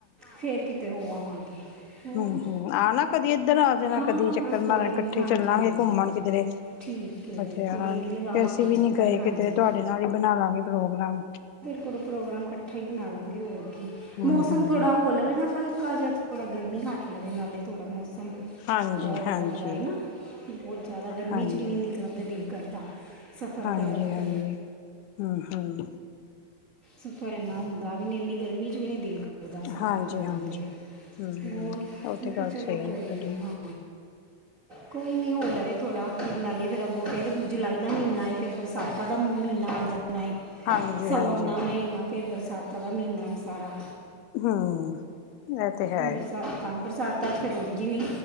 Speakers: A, on the right (about 65°); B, on the left (about 80°).
A: ਫੇਰ ਕਿਤੇ ਹੋ ਆਵਾਂਗੇ ਹੋਰ
B: ਹੂੰ-ਹੂੰ, ਆ ਨਾ ਕਦੀ ਇੱਧਰ ਆ ਜਾਣਾ,
A: ਹਾਂ
B: ਕਦੀ ਚੱਕਰ
A: ਹਾਂ ਕੋਈ
B: ਮਾਰਾ ਇਕੱਠੇ
A: ਨਹੀਂ ਹਾਂਜੀ
B: ਚੱਲਾਂਗੇ
A: ਹਾਂਜੀ
B: ਘੁੰਮਣ ਕਿਧਰੇ
A: ਠੀਕ ਹੈ
B: ਬੱਚਾ
A: ਕੋਈ
B: ਨਾਲ
A: ਨਹੀਂ ਲਗਾਵਾਂਗੇ
B: ਤੇ ਅਸੀਂ ਵੀ
A: ਚੱਕਰ
B: ਨੀ ਗਏ,
A: ਹਾਂਜੀ
B: ਕਿਧਰੇ ਤੁਹਾਡੇ ਨਾਲ ਹੀ ਬਣਾ ਲਾਂਗੇ ਪ੍ਰੋਗਰਾਮ
A: ਕੋਲੋ ਪ੍ਰੋਗਰਾਮ ਇਕੱਠਾ ਹੀ ਬਣਾ ਲਾਂਗੇ, ਹੋਰ ਕੀ
B: ਹਮ
A: ਮੌਸਮ
B: ਹਮ
A: ਥੋੜਾ ਹੋ ਜਾਵੇ ਨਾ ਹਲਕਾ ਜਿਹਾ ਥੋੜਾ ਗਰਮੀ ਹੱਟ ਲਵੇ, ਨਾਲੇ ਥੋੜਾ ਮੌਸਮ
B: ਹਾਂਜੀ ਹਾਂਜੀ
A: ਇੱਦਾਂ ਦਾ ਹੈ, ਨਾ ਬਹੁਤ ਜ਼ਿਆਦਾ ਗਰਮੀ
B: ਹਾਂਜੀ,
A: ਚ ਵੀ ਨੀ ਨਿਕਲਣ ਦਾ ਦਿਲ ਕਰਦਾ ਸਫ਼ਰ
B: ਹਾਂਜੀ-ਹਾਂਜੀ,
A: ਕਰਨ ਤੇ
B: ਹੂੰ-ਹੂੰ।
A: ਸਫ਼ਰ ਇੰਨਾ ਹੁੰਦਾ ਵੀ ਨਹੀਂ, ਇੰਨੀ ਗਰਮੀ ਵਿਚ ਨਹੀਂ ਦਿਲ ਦਾ ਸਫ਼ਰ
B: ਹਾਂਜੀ,
A: ਕਰਨ
B: ਹਾਂਜੀ
A: ਤੇ
B: ਹੂੰ,
A: ਹੋਰ,
B: ਉਹ
A: ਮੈ
B: ਤੇ
A: ਕਿਹਾ
B: ਗੱਲ
A: ਚਲੋ
B: ਸਹੀ
A: ਕੋਈ
B: ਏ ਤੁਹਾਡੀ
A: ਨੀ ਕੋਈ ਨਹੀਂ ਹੋ ਲਵੇ ਥੋੜਾ ਨਾਲੇ ਫਿਰ ਅੱਗੋਂ ਫਿਰ ਜੁਲਾਈ ਦਾ ਮਹੀਨਾ ਏ ਫਿਰ ਬਰਸਾਤਾਂ ਦਾ ਮਹੀਨਾ ਆ ਜਾਂਦਾ ਹੈ।
B: ਹਾਂਜੀ,
A: ਸਾਉਣ
B: ਹਾਂਜੀ
A: ਦਾ ਮਹੀਨਾ, ਫਿਰ ਬਰਸਾਤਾਂ ਦਾ ਮਹੀਨਾ ਹੈ ਸਾਰਾ
B: ਹੂੰ, ਇਹ ਤੇ ਹੈ
A: ਬਰਸਾਤਾਂ-ਬਰਸਾਤਾਂ ਚ ਫਿਰ ਉਝ ਨਹੀਂ